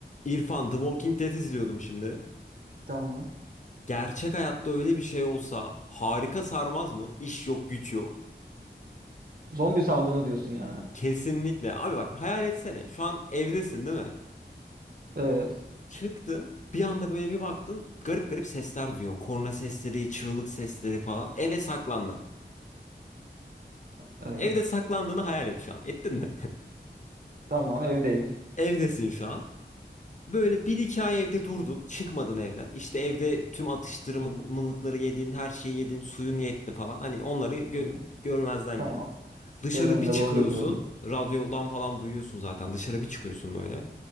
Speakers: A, on the left; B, on the right.
A: İrfan, The Walking Dead izliyordum şimdi.
B: Tamam.
A: Gerçek hayatta öyle bir şey olsa harika sarmaz mı? İş yok, güç yok.
B: Zombi salgını diyorsun yani.
A: Kesinlikle. Abi bak hayal etsene. Şu an evdesin değil mi?
B: Evet.
A: Çıktın. Bir anda böyle bir baktın. Garip garip sesler duyuyorsun. Korna sesleri, çığlık sesleri falan. Eve saklandın.
B: Evet.
A: Evde saklandığını hayal et şu an. Ettin mi?
B: Tamam evdeyim.
A: <laughs> Evdesin şu an. Böyle bir iki ay evde durdun. Çıkmadın evden. İşte evde tüm atıştırmalıkları
B: Hı hı.
A: yedin. Her şeyi yedin. Suyun yetti falan. Hani onları gö-
B: Hı hı.
A: görmezden
B: Tamam.
A: gel. Dışarı
B: Göz önünde
A: bir çıkıyorsun.
B: bulundurmayalım.
A: Radyodan falan duyuyorsun zaten. Dışarı bir çıkıyorsun böyle.